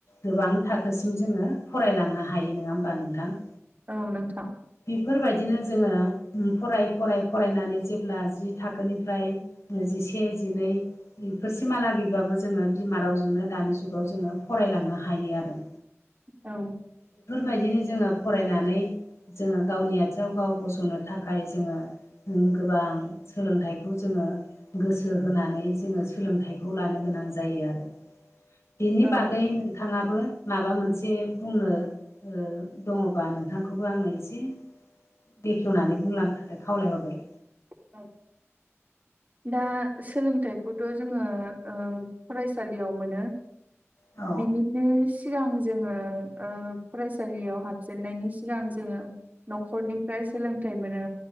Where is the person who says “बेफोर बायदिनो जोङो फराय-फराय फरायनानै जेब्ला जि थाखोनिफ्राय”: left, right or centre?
Left